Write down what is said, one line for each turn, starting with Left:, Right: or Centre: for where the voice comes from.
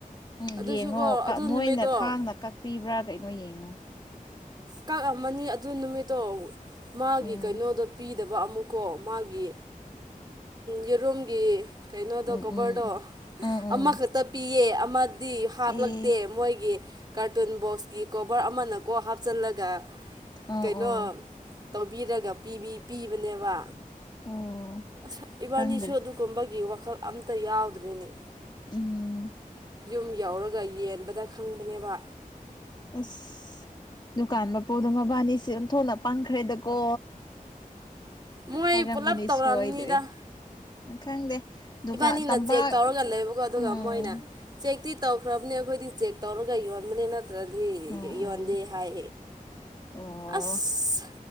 Left: ꯎꯝ
Right: ꯑꯗꯨꯁꯨꯀꯣ
Left: ꯌꯦꯡꯉꯣ
Right: ꯑꯗꯨ
Left: ꯃꯣꯏꯅ
Right: ꯅꯨꯃꯤꯠꯇꯣ
Left: ꯊꯥꯡꯅ ꯀꯛꯄꯤꯕ꯭ꯔꯥ ꯀꯩꯅꯣ ꯌꯦꯡꯉꯣ
Right: ꯀꯛꯑꯝꯃꯅꯤ ꯑꯗꯨ ꯅꯨꯃꯤꯠꯇꯣ ꯃꯥꯒꯤ
Left: ꯎꯝ
Right: ꯀꯩꯅꯣꯗꯣ ꯄꯤꯗ ꯗꯕ ꯑꯃꯨꯛꯀꯣ ꯃꯥꯒꯤ ꯌꯦꯔꯨꯝꯒꯤ ꯀꯩꯅꯣꯗꯣ
Left: ꯎꯝ
Right: ꯀꯣꯕꯔꯗꯣ
Left: ꯎꯝ ꯎꯝ ꯎꯝ
Right: ꯑꯃꯈꯛꯇ ꯄꯤꯌꯦ ꯑꯃꯗꯤ ꯍꯥꯞꯂꯛꯇꯦ
Left: ꯑꯦ
Right: ꯃꯣꯏꯒꯤ ꯀꯥꯔꯇꯨꯟ ꯕꯣꯛꯁꯀꯤ ꯀꯣꯕꯔ ꯑꯃꯅ ꯀꯣ ꯍꯥꯞꯆꯤꯜꯂꯒ
Left: ꯑꯣ
Right: ꯀꯩꯅꯣ
Left: ꯑꯣ
Right: ꯇꯧꯕꯤꯔꯒ ꯄꯤ ꯄꯤꯕꯅꯦꯕ
Left: ꯑꯣ
Right: ꯑꯁ ꯏꯕꯥꯅꯤꯁꯨ
Left: ꯈꯪꯗ꯭ꯔꯦ
Right: ꯑꯗꯨꯒꯨꯝꯕꯒꯤ ꯋꯥꯈꯜ ꯑꯝꯇ ꯌꯥꯎꯗ꯭ꯔꯤꯅꯦ
Left: ꯎꯝ
Right: ꯌꯨꯝ ꯌꯥꯎꯔꯒ ꯌꯦꯟꯕꯗ ꯈꯪꯕꯅꯦꯕ
Left: ꯁ ꯗꯨꯀꯥꯟ ꯃꯄꯨꯗ ꯃꯕꯥꯅꯤꯁꯦ ꯑꯣꯟꯊꯣꯛꯅ ꯄꯥꯡꯈ꯭ꯔꯦꯗꯀꯣ
Right: ꯃꯣꯏ
Left: ꯍꯥꯏꯔꯝꯒꯅꯤ
Right: ꯄꯨꯂꯞ ꯇꯧꯔꯝꯅꯤꯗ
Left: ꯁꯣꯏꯗ꯭ꯔꯦ ꯎ ꯈꯪꯗꯦ ꯗꯨꯀꯥꯟ
Right: ꯏꯕꯥꯅꯤꯅ
Left: ꯇꯝꯄꯥꯛ
Right: ꯆꯦꯛ ꯇꯧꯔꯒ ꯂꯩꯕꯣ ꯑꯗꯨꯒ ꯑꯗꯨꯒ
Left: ꯎꯝ
Right: ꯃꯣꯏꯅ ꯆꯦꯛꯇꯤ ꯇꯧꯈ꯭ꯔꯕꯅꯤ ꯑꯩꯈꯣꯏꯗꯤ ꯆꯦꯛ ꯇꯧꯔꯒ ꯌꯣꯟꯕꯅꯤꯅ ꯑꯗꯨ꯭ꯔꯗꯤ
Left: ꯑꯣ
Right: ꯌꯣꯟꯗꯦ
Left: ꯑꯣ
Right: ꯍꯥꯏ
Left: ꯑꯣ
Right: ꯑꯁ